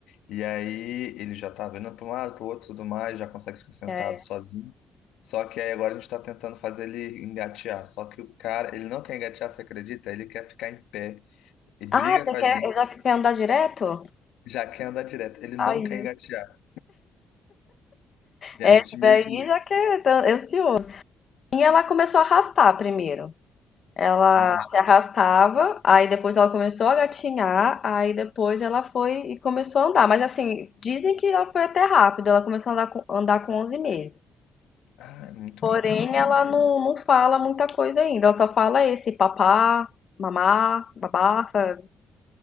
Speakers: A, on the left (about 90°); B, on the left (about 50°).
A: E aí ele já tá vendo para um lado, para o outro, tudo mais, já consegue ficar sentado
B: É.
A: sozinho. Só que aí agora a gente está tentando fazer ele engatear. Só que o cara, ele não quer engatear, você acredita? Ele quer ficar em pé e briga
B: Ah, já
A: com a
B: quer,
A: gente,
B: já quer andar direto?
A: já quer andar direto. Ele
B: Aí,
A: não quer engatear. E
B: essa
A: a gente meio
B: daí
A: que.
B: já quer, tá ansioso. E ela começou a arrastar primeiro. Ela
A: Ah,
B: se arrastava, aí depois ela começou a gatinhar, aí depois ela foi e começou a andar. Mas assim, dizem que ela foi até rápido, ela começou a andar com, andar com 11 meses.
A: ah, é muito
B: Porém,
A: rápido mesmo.
B: ela não, não fala muita coisa ainda, ela só fala esse papá, mamá, babá, sabe?